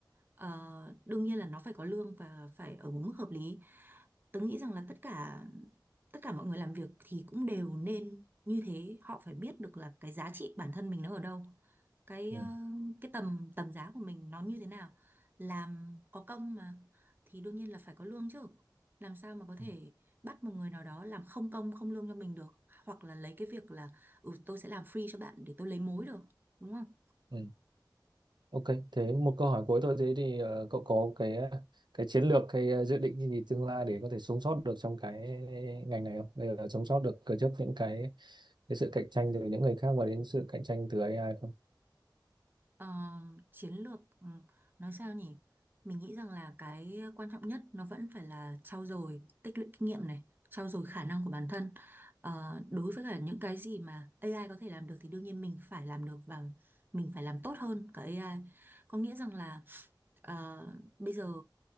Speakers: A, on the right; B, on the right.
A: Ờ, đương nhiên là nó phải có lương và phải ở một mức hợp lý tớ nghĩ rằng là tất cả tất cả mọi người làm việc thì cũng đều nên như thế họ phải biết được là cái giá trị bản thân mình nó ở đâu cái
B: Ừ.
A: ờ, cái tầm tầm giá của mình nó như thế nào làm có công mà thì đương nhiên là phải có lương chứ làm sao mà có
B: Ừ.
A: thể bắt một người nào đó làm không công không lương cho mình được hoặc là lấy cái việc là ừ tôi sẽ làm free cho bạn để tôi lấy mối được đúng không
B: ừ. Ok, thế một câu hỏi cuối thôi thế thì ờ, cậu có cái cái chiến lược cái ờ, dự định gì tương lai để có thể sống sót được trong cái ngành này không? Bây giờ sống sót được ờ, trước những cái cái sự cạnh tranh từ những người khác và đến sự cạnh tranh từ AI không?
A: Ờ, chiến lược ừ, nói sao nhỉ? Mình nghĩ rằng là cái quan trọng nhất nó vẫn phải là trau dồi tích lũy kinh nghiệm này, trau dồi khả năng của bản thân. Ờ, đối với cả những cái gì mà AI có thể làm được thì đương nhiên mình phải làm được và mình phải làm tốt hơn cả AI. Có nghĩa rằng là ờ, bây giờ